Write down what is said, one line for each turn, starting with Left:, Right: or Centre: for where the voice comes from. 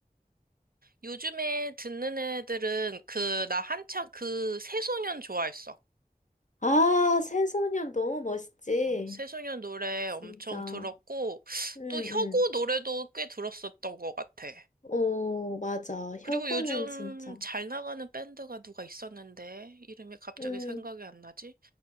Right: 요즘에 듣는 애들은 그, 나 한창 그 새소년 좋아했어.
Left: 아, 새소년 너무 멋있지.
Right: 어, 새소년 노래
Left: 진짜.
Right: 엄청 들었고,
Left: 응,
Right: 또 혁오
Left: 응.
Right: 노래도 꽤 들었었던 것 같아.
Left: 오, 맞아. 혁오는
Right: 그리고 요즘
Left: 진짜.
Right: 잘 나가는 밴드가 누가 있었는데, 이름이 갑자기
Left: 음,
Right: 생각이 안 나지?